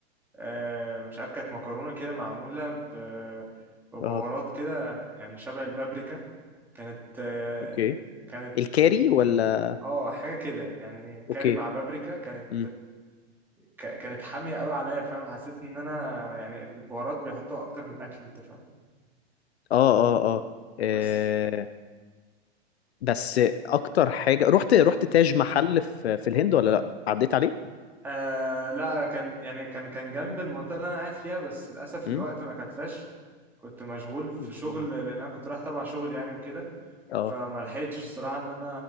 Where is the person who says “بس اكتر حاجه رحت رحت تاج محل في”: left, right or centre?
Left